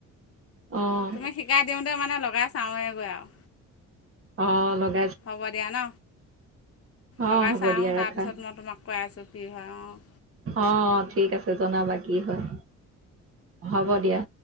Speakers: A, on the right; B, on the left.
A: অঁ
B: তুমি শিকাই দিওঁতে মানে লগাই চাওঁয়ে গৈ আৰু।
A: অ লগা
B: হ'ব দিয়া ন।
A: অঁ
B: লগাই
A: হ'ব
B: চাওঁ
A: দিয়া ৰাখা
B: তাৰপিছত মই তোমাক কৈ আছোঁ কি হয় অঁ।
A: অ ঠিক আছে জনাবা কি হয় হ'ব দিয়া।